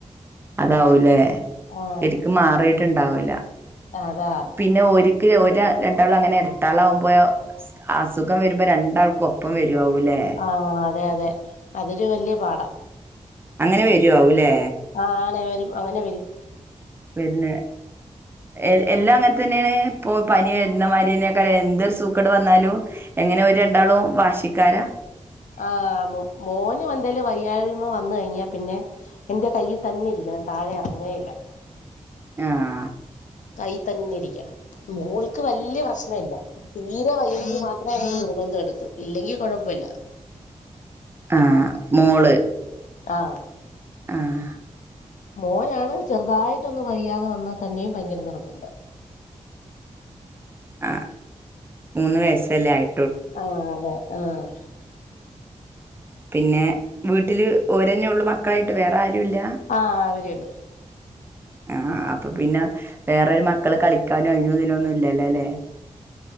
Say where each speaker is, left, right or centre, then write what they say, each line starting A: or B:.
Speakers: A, on the right; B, on the left.
A: അതാവൂലേ
B: ആ
A: ശരിക്കും മാറിട്ടുണ്ടാവില്ല.
B: അതാ.
A: പിന്നെ ഒരിക്ക് ഒര് രണ്ടാളം അങ്ങനെ എരട്ടകൾ ആകുമ്പോ. അസുഖം വരുമ്പോ രണ്ടാൾക്കും ഒപ്പം വരുവവൂല്ലേ.
B: ആഹ് അതെ അതെ അതൊരു വലിയ പാടാ.
A: അങ്ങനെ വരുംല്ലേ.
B: ആഹ് ആണ് അങ്ങനെ വരും അങ്ങനെ വരും.
A: പിന്നെ. ഏഹ് എല്ലാം അങ്ങനെ തന്നെയാണ് ഇപ്പൊ പനി വരുന്നമാതിരിയൊക്കെ എന്തൊരു സൂക്കട് വന്നാലും. എങ്ങനെ അവര് രണ്ടാളും വാശിക്കാരാ.
B: ആന് മോന് എന്തേല് വയ്യാഴ്മ വന്നു കഴിഞ്ഞാ പിന്നെ. എന്റെ കയ്യിൽ തന്നെ ഇരിക്കണം താഴെ ഇറങ്ങേയില്ല.
A: ആഹ്
B: കൈ തന്നെ ഇരിക്കണം മോൾ. വലിയ പ്രശ്ന ഇല്ല തീരെ വയ്യങ്കിൽ മാത്രമേ അങ്ങ നിർബന്ധം എടുക്കൂ ഇല്ലെങ്കിൽ കുഴപ്പമില്ല.
A: ആഹ് മോള്
B: ആഹ്
A: ആഹ്
B: മോനാണ് ചെറുതായിട്ടൊന്നും വയ്യാതെ വന്നാൽ തന്നെയും ഭയങ്കര നിർബന്ധം
A: ആഹ് മൂന്ന് വയസ്സല്ലേ ആയി
B: ആഹ അതെ ആഹ
A: പിന്നെ വീട്ടില് ഓരന്നെ ഉള്ള മക്കളായിട്ട് വേറെ ആരുല്ല
B: ആ അവര ഉള്ളു
A: ആഹ അപ്പൊ പിന്നെ വേറരു മക്കള് കളിക്കാനും അയിന് ഇതിനൊന്നും ഇല്ലല്ലേ ല്ലേ